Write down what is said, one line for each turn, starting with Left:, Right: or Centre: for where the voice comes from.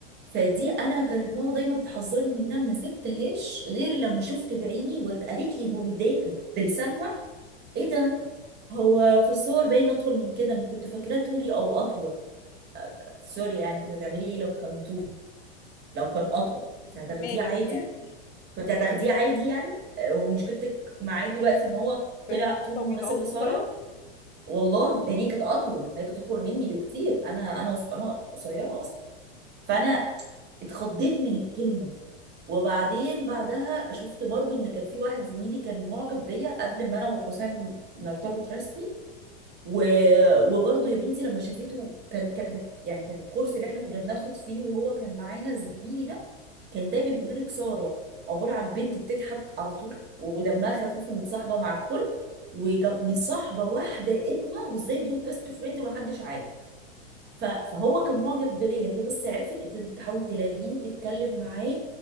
Right: فدي انا كانت ماما دايما تحذرني منها ما سبتهاش غير لما شفت بعيني وقالت لي بودا- بلسانها ايه ده هو في الصور باين اطول من كده انا كنت فاكراه طولي او اطول سوري يعني كنت هتعملي ايه لو كان طولي لو كان اطول كنت
Left: انت
Right: هتاخديه
Left: مالك
Right: عادي
Left: يعني
Right: كنت هتاخديه عادي يعني آه، هو مشكلتك معاه دلوقتي ان هو
Left: فان
Right: طلع
Left: هو
Right: طوله
Left: طويل
Right: مناسب
Left: او
Right: لسارة
Left: قصير
Right: والله لان هي كانت اطول هي كانت اطول مني بكتير انا انا انا قصيره اصلا فانا اتخضيت من الكلمه وبعدين بعدها شفت برضو ان كان في واحد زميلي كان معجب بيا قبل ما انا وحسام نرتبط رسمي و... وبرضه يا بنتي لما شافته كان كانت يعني كان الكورس اللي احنا كنا بناخد فيه وهو كان معانا زميلي ده كان دايما يقول لك ساره عباره عن بنت بتضحك على طول ودمها خفيف ومتصاحبه مع الكل ومصاحبه واحده اتمه وازاي دول بيست فريند ومحدش عارف ف- فهو كان معجب بيا هي بس عرفت ابتدت تحاول تلاغيه وتتكلم معاه